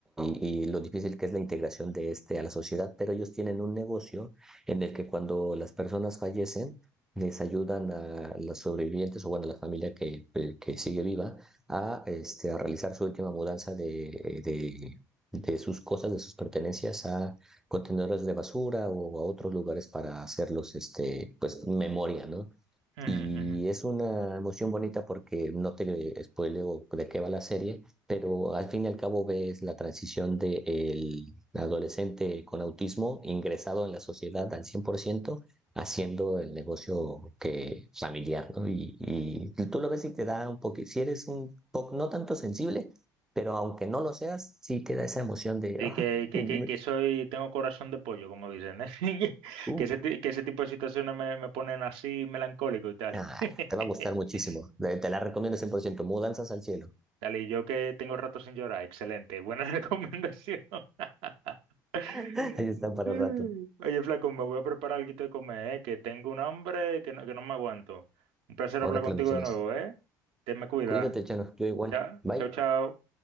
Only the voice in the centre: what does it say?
Y, y lo difícil que es la integración de este a la sociedad, pero ellos tienen un negocio en el que cuando las personas fallecen, les ayudan a los sobrevivientes o bueno, a la familia que, eh, que sigue viva a, este, a realizar su última mudanza de, eh, de, de sus cosas, de sus pertenencias a contenedores de basura o a otros lugares para hacerlos este, pues, memoria, ¿no?
Y
es una emoción bonita porque no te spoileo de qué va la serie, pero al fin y al cabo ves la transición de el adolescente con autismo ingresado en la sociedad al 100% haciendo el negocio que familiar, ¿no? Y, y tú lo ves y te da un poco, si eres un poco, no tanto sensible, pero aunque no lo seas, sí te da esa emoción de,
"Ah,
me-
uh,
ah,
te va a gustar muchísimo. Te te la recomiendo 100% Mudanzas al cielo.
<laughs>
Ahí está para rato.
Ahora
que
lo mencionas,
cuídate, Chano. Yo igual.
Bye.